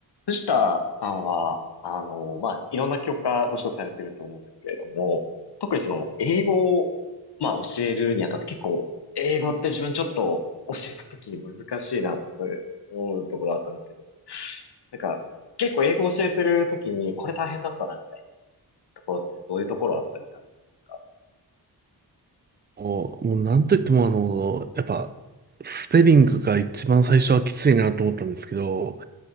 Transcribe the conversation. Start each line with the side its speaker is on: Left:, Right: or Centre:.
Left: 藤田さんは、あの、まあ、いろんな教科ご指導されてると思うんですけれども、特にその、英語を、まあ、教えるにあたって結構、英語って自分ちょっと教えた時に難しいなって思うところあったんですけど、なんか、結構英語教えてる時にこれ大変だったなみたいなところってどういうところあったりされるんですか
Right: もう、もうなんといってもあの、やっぱ、スペリングが一番最初はきついなと思ったんですけど、